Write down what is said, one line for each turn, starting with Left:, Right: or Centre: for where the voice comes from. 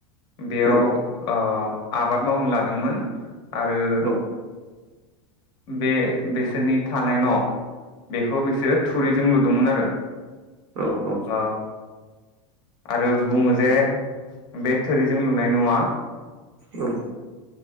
Left: बेयाव
Right: औ
Left: ओ आबाद मावनो लादोंमोन आरो
Right: औ
Left: बे बिसोरनि थानाय न बेखौ बिसोरो थुरिजों लु दोंमोन आरो
Right: औ औ
Left: ओ आरो बुङो जे बे थोरिजों लुनाय नआ
Right: औ